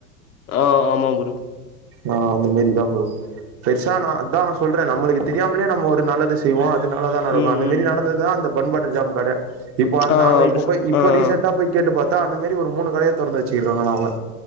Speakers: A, on the left; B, on the right.
A: ஆஹ் ஆமா புரு
B: ஆஹ் அந்த மாரிதான் ப்ரோ பெருசா நான் அதான் சொல்றேன் நம்மளுக்கு தெரியாமலே நம்ம ஒரு நல்லது செய்வோம் இது நால தான் நடக்கும்
A: ம்
B: அந்த
A: ம்
B: மாரி நடந்தது அ அந்த பன் பட்டர் ஜாம் கடை இப்ப அ
A: ஆ
B: நாங்க
A: அப்டி
B: இப்போய்
A: சொ
B: இப்ப
A: ஆ
B: ரீசண்டடா
A: ஆ.
B: போய் கேட்டு பாத் தான் அந்த மாரி ஒரு மூணு கடைய தொறந்து வச்சிருக்காங்களா அவங்க